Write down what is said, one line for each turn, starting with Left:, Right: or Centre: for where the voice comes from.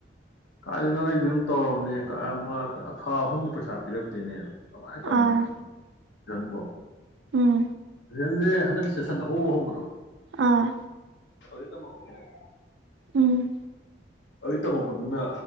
Left: ꯀꯥꯏꯗꯩꯅꯣ ꯑꯩꯁꯨ ꯑꯃꯥ ꯇꯧꯔꯝꯃꯦ ꯀꯥꯏ ꯃ ꯑꯛ ꯊꯥ ꯑꯍꯨꯝꯕꯨ ꯄꯩꯁꯥ ꯄꯤꯔꯛꯇꯦꯅꯦ ꯀꯃꯥꯏ ꯇꯝꯅꯤꯡꯗꯨꯏꯅꯣ
Right: ꯑꯥ
Left: ꯔꯟꯕꯣ
Right: ꯎꯝ
Left: <unintelligible> ꯍꯟꯗꯛꯀꯤ ꯁꯦꯁꯟ ꯑꯍꯧꯕ ꯍꯧꯕꯗꯣ
Right: ꯑꯥ
Left: <unintelligible> ꯇꯝꯃꯛꯄꯅꯦꯕ
Right: ꯎꯝ
Left: ꯑꯗꯨꯗꯩ ꯇꯝꯃꯛꯄꯗꯨꯅ